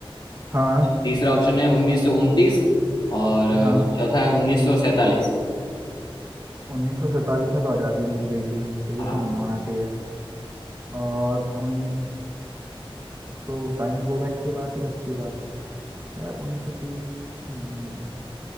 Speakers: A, on the right; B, on the left.
A: हाँ
B: तीसरा ऑप्शन है 1929 और अ,
A: हाँ
B: चौथा है 1947
A: उन्नीस सौ सैंतालीस में तो आज़ादी मिल गई थी तो ये
B: हाँ
A: तो नहीं होना चाहिए और उन्नीस तो साइमन गोबैक की बात है कब की बात है? यार 1930 नहीं नहीं नहीं